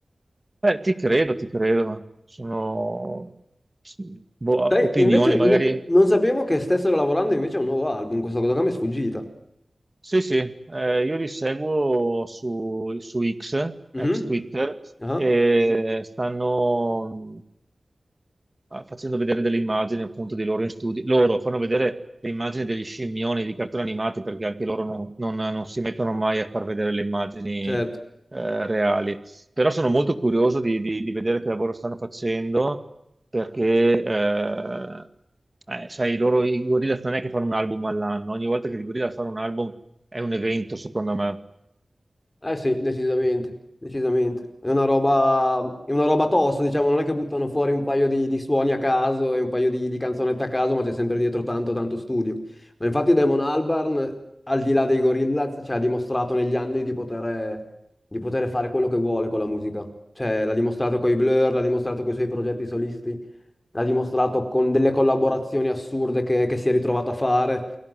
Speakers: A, on the right; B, on the left.
A: eh, ti credo, ti credo. Sono boh,
B: Sai,
A: opinioni,
B: e invece n-
A: magari...
B: non sapevo che stessero lavorando invece a un nuovo album, questa cosa qua mi è sfuggita.
A: Sì, sì, eh, io li seguo su, su X,
B: Mhm.
A: ex Twitter,
B: Ah,
A: e stanno eh, facendo vedere delle immagini appunto di loro in studio. Loro fanno vedere le immagini degli scimmioni di cartoni animati perché anche loro non, non- non si mettono mai a far vedere le immagini
B: certo.
A: eh, reali. Però sono molto curioso di, di- di vedere che lavoro stanno facendo perché, eh, eh, sai, loro i Gorillaz non è che fanno un album all'anno, ogni volta che i Gorillaz fanno un album è un evento, secondo me.
B: Eh sì, decisamente, decisamente. È una roba, è una roba tosta, diciamo, non è che buttano fuori un paio di, di suoni a caso e un paio di, di canzonette a caso, ma c'è sempre dietro tanto, tanto studio. Ma infatti Damon Albarn, al di là dei Gorillaz, cioè, ha dimostrato negli anni di poter, di poter fare quello che vuole con la musica. Cioè, l'ha dimostrato con i Blur, l'ha dimostrato con i suoi progetti solisti. l'ha dimostrato con delle collaborazioni assurde che, che si è ritrovato a fare.